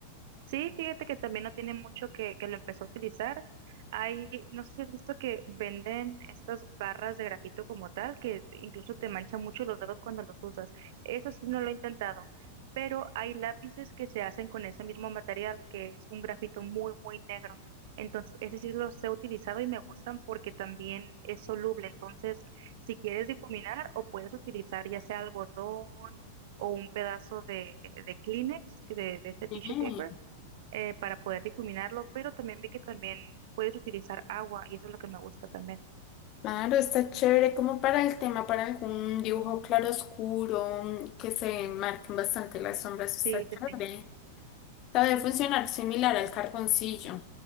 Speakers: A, on the right; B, on the left.
A: Sí, fíjate que también no tiene mucho que, que lo empezó a utilizar. Hay, no sé si has visto que venden estas barras de grafito como tal, que incluso te manchan mucho los dedos cuando los usas. Eso sí no lo he intentado, pero hay lápices que se hacen con ese mismo material, que es un grafito muy, muy negro. Entonces, ese sí los he utilizado y me gustan porque también es soluble. Entonces, si quieres difuminar o puedes utilizar ya sea algodón o un pedazo de, de Kleenex, que de, de este tissue
B: Bien.
A: paper eh, para poder difuminarlo, pero también vi que también puedes utilizar agua y eso es lo que me gusta también.
B: Claro, está chévere como para el tema, para algún dibujo claroscuro mm, que se marquen bastante las sombras, está
A: Sí,
B: chévere.
A: sí, sí.
B: Sabe funcionar similar al carboncillo.